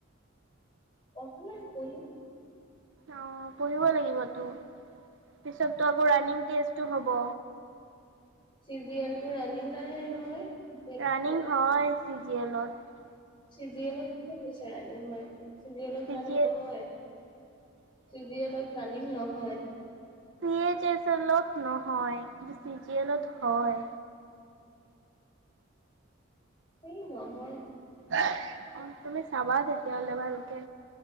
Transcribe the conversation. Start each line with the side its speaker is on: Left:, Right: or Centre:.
Left: পঢ়া নাই, পঢ়িম।
Right: অ', পঢ়িব লাগিবতো। পিছততো আকৌ ৰানিং টেষ্টো হ'ব।
Left: চি জি এল টো, ৰানিং নাহে নহয়। চি জি এল
Right: ৰাণিং
Left: টো বেলেগ
Right: হয়, চি জি এলত।
Left: চি জি এলত কোনে কৈছে ৰানিং হয়? চি জি এলত ৰানিং
Right: জি
Left: নহয়,
Right: এ
Left: চি জি এলত ৰানিং নহয়।
Right: এইচ এছ এলত নহয়, কিন্তু চি জি এলত হয়।
Left: হেই নহয়।
Right: <inaudible> অ', তুমি চাবা তেতিয়াহ'লে ভালকে।